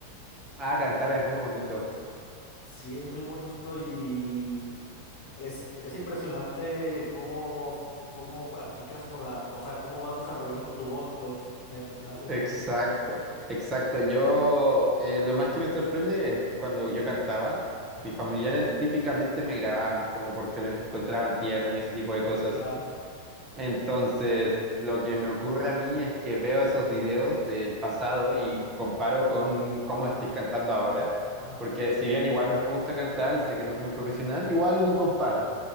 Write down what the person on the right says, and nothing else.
Ah, cantar es muy bonito.
Exacto,
exacto. Yo, eh, lo más que me sorprende es cuando yo cantaba,
mis familiares típicamente me grababan como porque lo encontraban tierno y ese tipo de cosas.
Entonces, lo que me ocurre a mí es que veo esos videos del pasado y comparo con cómo estoy cantando ahora,
porque si bien igual me gusta cantar y sé que no soy un profesional, igual uno compara.